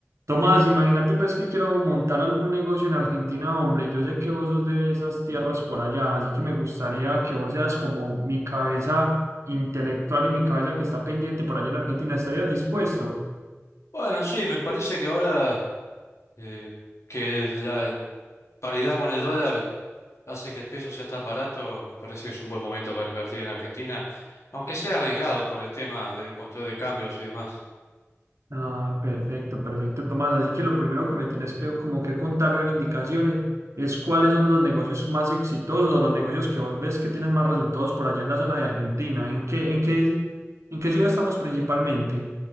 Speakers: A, on the right (about 70°); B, on the left (about 65°).
A: Tomás, imagínate pues que quiero montar algún negocio en Argentina, hombre. Yo sé que vos sos de esas tierras por allá, así que me gustaría que vos seas como mi cabeza intelectual y mi cabeza que está pendiente por allá en Argentina. ¿Estarías dispuesto?
B: Bueno, sí, me parece que ahora eh, que la paridad con el dólar hace que el peso sea tan barato, me parece que es un buen momento para invertir en Argentina, aunque sea arriesgado por el tema del control de cambios y demás.
A: Ah, perfecto, perfecto, Tomás. Así que lo primero que me tenés que como que contar o dar indicaciones es cuáles son los negocios más exitosos o los negocios que vos ves que tienen más resultados por allá en la zona de Argentina. ¿En qué, en qué, en qué ciudad estamos principalmente?